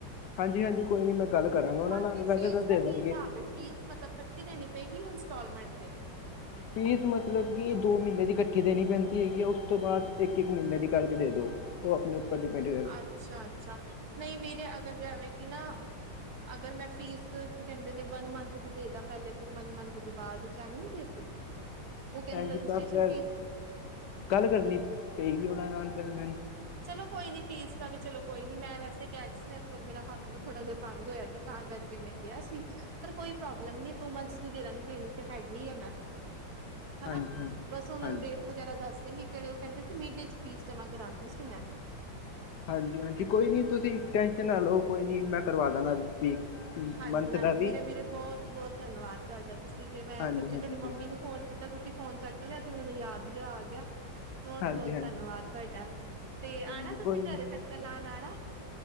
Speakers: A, on the left; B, on the right.
A: ਹਾਂਜੀ-ਹਾਂਜੀ ਕੋਈ ਨਈ ਮੈਂ ਗੱਲ ਕਰਾਂਗਾ ਓਨਾ
B: ਬਾਕੀ
A: ਨਾਲ ਵੈਸੇ
B: ਫੀਸ
A: ਤਾਂ
B: ਦਾ
A: ਦੇ ਦ
B: ਕੀ ਹਿਸਾਬ ਏ ਫੀਸ ਮਤਲਬ ਇਕੱਠੀ ਦੇਣੀ ਪਏਗੀ ਯਾ ਇੰਸਟੌਲਮੈਂਟ ਤੇ?
A: ਫੀਸ ਮਤਲਬ ਕੀ ਦੋ ਮੀਨੇ ਦੀ ਕੱਠੀ ਦੇਣੀ ਪੈਂਦੀ ਹੈਗੀ ਆ ਉਸ ਤੋਂ ਬਾਦ ਇੱਕ-ਇੱਕ ਮੀਂਨੇ ਦੀ ਕਰਕੇ ਦੇ ਦੋ। ਓ ਅਪਣੇ ਤੇ ਡਿਪੇਂਡ
B: ਅੱਛਾ-ਅੱਛਾ ਨਈ ਵੀਰੇ ਅਗਰ ਜੈਂਵੇ ਕੀ ਨਾ ਅਗਰ ਮੈਂ ਫੀਸ ਕੀ ਕੈਂਦੇ ਨੇ ਵਨ ਮੰਥ ਦੀ ਦੇ ਦਾ ਪੈਲੇ ਫੇਰ ਵਨ ਮੰਥ ਦੀ ਬਾਦ ਚ ਐਵੇਂ ਨੀ ਦੇ ਸਕਦੀ? ਓ ਕੈਂਦੇ
A: ਭੈਣ ਜੀ
B: ਰਜਿਸਟ੍ਰੇਸ਼ਨ
A: ਤਾਂ ਫਿਰ
B: ਫੀਸ
A: ਗੱਲ ਕਰਨੀ ਪਏਗੀ ਓਨਾਂ ਨਾਲ ਫਿਰ ਮੈ
B: ਚਲੋ ਕੋਈ ਨੀ ਫੀਸ ਦਾ ਵੀ ਚਲੋ ਕੋਈ ਨੀ ਮੈਂ ਵੈਸੇ ਕੈ ਰੀ ਸੀ ਇਸ ਵਾਰ ਮੇਰਾ ਹੱ ਥ ਨਾ ਥੋੜਾ ਜਾ ਤੰਗ ਹੋਇਆ ਪਿਆ ਨਾ ਤਾਂ ਕਰਕੇ ਮੈਂ ਕਿਆ ਸੀ ਪਰ ਕੋਈ ਪ੍ਰੋਬ ਲੰਮੀ ਟੁ ਮੰਥਸ ਦੀ ਦੇ ਦਾਂਗੀ ਦੇਣੀ ਤੇ ਹੈਗੀ ਆ ਮੈਂ
A: ਹਾਂਜੀ
B: ਹਨਾ
A: ਹਾਂਜੀ
B: ਬਸ ਉਨਾਂ
A: ਹਾਂਜੀ
B: ਨੂੰ ਦੇ ਵਗੈਰਾ ਦੱਸ ਦੇਂਗੇ ਕੇੜੇ ਓ ਕੈਂਦੇ ਸੀ ਮੀ ਡੇ ਚ ਫੀਸ ਜਮਾਂ ਕਰਾਂਦੀ ਸੀ। ਮੈਂ
A: ਹਾਂਜੀ-ਹਾਂਜੀ ਕੋਈ ਨੀ ਤੁਸੀਂ ਟੈਸ਼ਨ ਨਾ ਲਓ ਕੋਈ ਨੀ ਮੈਂ ਕਰਵਾ ਦਾਂਗਾ। ਵੀ
B: ਹਾਂਜੀ-ਹਾਂਜੀ
A: ਮੰਥ ਦਾ ਵੀ
B: ਵੀਰੇ-ਵੀਰੇ ਬੋਤ-ਬੋਤ ਧੰਨਵਾਦ ਤੁਹਾਡਾ ਤੁਸੀਂ ਤੇ ਮੈਂ
A: ਹਾਂਜੀ
B: ਸੱਚੀ
A: ਹਾਂਜੀ
B: ਤੁਹਾਡੀ
A: ਜੀ
B: ਮੰਮੀ ਨੂੰ ਫੋਨ ਕੀਤਾ ਤੁਸੀਂ ਫੋਨ ਚੱਕ ਲਿਆ ਤੇ ਮੈਨੂੰ ਯਾਦ ਜਾ ਆ ਗਿਆ। ਬੋਤ-ਬੋਤ
A: ਹਾਂਜੀ ਹਾਂਜੀ
B: ਧੰਨਵਾਦ ਤੁਹਾਡਾ। ਤੇ
A: ਹਾਂਜੀ
B: ਆਣਾ ਤੁਸੀਂ
A: ਕੋਈ ਨੀ
B: ਘਰ ਚੱਕਰ ਲਾਣ ਆਣਾ?